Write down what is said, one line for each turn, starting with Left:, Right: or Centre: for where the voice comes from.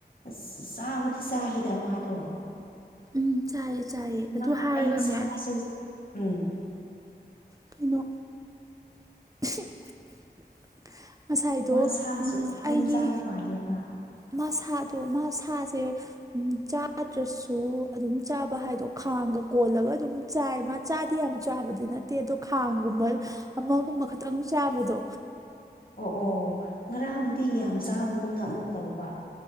Left: ꯑꯁ ꯆꯥꯕꯗꯤ ꯆꯥꯍꯤꯗ ꯃꯥꯗꯣ
Right: ꯎꯝ ꯆꯥꯏꯌꯦ ꯆꯥꯏꯌꯦ
Left: ꯃꯥ
Right: ꯑꯗꯨ ꯍꯥꯏꯔꯒꯅꯦ
Left: ꯑꯩ ꯁꯥꯖꯦ ꯎꯝ
Right: ꯀꯤꯅꯣ <unintelligible> ꯉꯁꯥꯏꯗꯣ
Left: ꯃꯥ ꯁꯥꯁꯨ
Right: ꯎꯝ
Left: ꯑꯗꯨꯝ
Right: ꯑꯩꯒꯤ
Left: ꯆꯥꯕ ꯃꯥꯜꯂꯦ ꯃꯥ
Right: ꯃꯁꯥꯗꯣ ꯃꯁꯥ ꯁꯥꯥꯖꯦ ꯎꯝ ꯆꯥꯗ꯭ꯔꯁꯨ ꯑꯗꯨꯝ ꯆꯥꯕ ꯍꯥꯏꯗꯣ ꯈꯥꯡꯒ ꯀꯣꯜꯂꯒ ꯑꯗꯨꯝ ꯆꯥ ꯍꯥꯥꯏ ꯃꯥ ꯆꯥꯗꯤ ꯌꯥꯝ ꯆꯥꯕꯗꯤ ꯅꯠꯇꯦ ꯑꯗꯣ ꯈꯥꯡꯒꯨꯝꯕ ꯑꯃꯒꯨꯝꯕ ꯈꯇꯪ ꯆꯥꯕꯗꯣ
Left: ꯑꯣ ꯑꯣ ꯉꯔꯥꯡꯗꯨꯗꯤ ꯌꯥꯝ ꯆꯥꯕꯒꯨꯝꯅ ꯑꯃꯨꯛ ꯇꯧꯕ